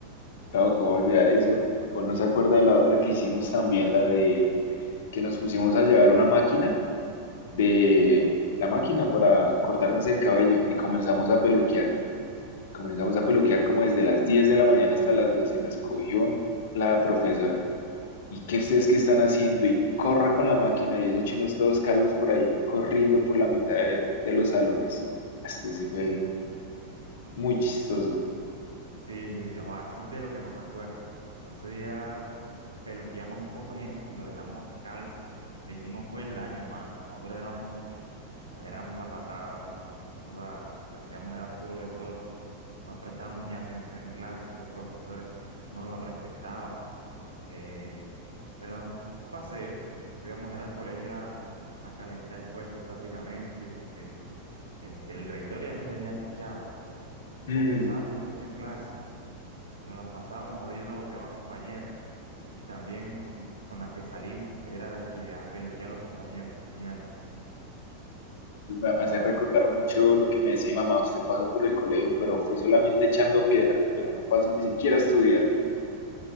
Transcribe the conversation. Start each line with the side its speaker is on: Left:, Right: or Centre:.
Left: Claro, ¿cómo olvidar eso? O no se acuerda de la otra que hicimos también, la de que nos pusimos a llevar una máquina de la máquina para cortarnos el cabello y comenzamos a peluquear. Comenzamos a peluquear como desde las 10 de la mañana hasta las 2 y nos cogió un- la profesora. ¿Y qué ustedes qué están haciendo? Y corra con la máquina y esos chinos todos calvos por ahí, corriendo por la mitad de, de los salones. Esto sí fue muy chistoso.
Right: Sí, sí, sí, o sea, ese es de lo que más me acuerdo. Ese día peluqueamos un poco de gente y lo dejamos calvo. Le hicimos fue el daño, hermano. Nosotros éramos éramos la patada, ¿vale? Joda, hacíamos era puro desorden, no prestábamos ni atención en clase, los profesores no los respetábamos, eh, eso era un paseo, íbamos era al colegio, era a calentar el puesto prácticamente, porque este, el rector ya nos tenía fichado,
Left: Mm,
Right: conversábamos mucho en clase, nos las pasábamos odiando a los demás compañeros, y también con, con la que salimos, que era de que a peluquear a los compañeros, imagínate,
Left: Me
Right: no,
Left: hace recordar
Right: hombre,
Left: mucho lo que me decía mi mamá, usted pasó por el colegio, pero fue solamente echando piedra, pero no pasó ni siquiera a estudiar.